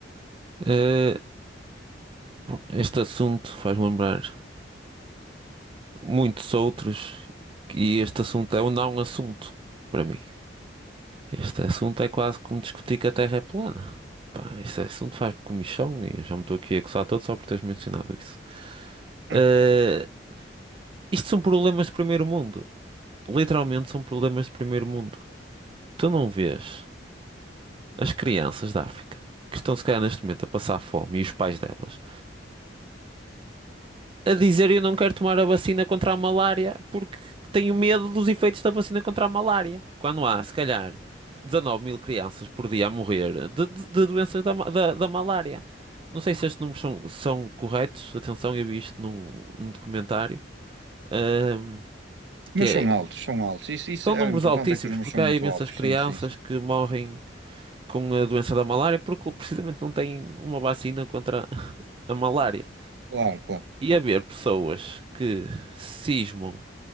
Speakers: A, on the right (about 30°); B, on the right (about 70°).
A: Eh, este assunto faz-me lembrar muitos outros e este assunto é um não é um assunto para mim. Este assunto é quase como discutir que a Terra é plana. Pá, este assunto faz-me comichão e eu já me estou aqui a coçar todo só por teres mencionado isso.
B: Hum.
A: Eh, isto são problemas de primeiro mundo. Literalmente são problemas de primeiro mundo. Tu não vês as crianças da África que estão se calhar neste momento a passar fome e os pais delas. a dizer eu não quero tomar a vacina contra a malária porque tenho medo dos efeitos da vacina contra a malária. Quando há, se calhar, 19 mil crianças por dia a morrer de, de- de doenças da, ma- da, da malária. Não sei se estes números são, são corretos. Atenção, eu vi isto num, num documentário. ahm, que
B: Mas
A: é,
B: são altos, são altos. Isso, isso
A: são
B: é
A: números
B: o importante,
A: altíssimos,
B: é que os números
A: porque
B: são muito
A: há imensas
B: altos.
A: crianças
B: Sim, sim, sim.
A: que morrem com a doença da malária porque precisamente não têm uma vacina contra a malária.
B: Claro, claro,
A: E
B: claro.
A: haver pessoas que cismam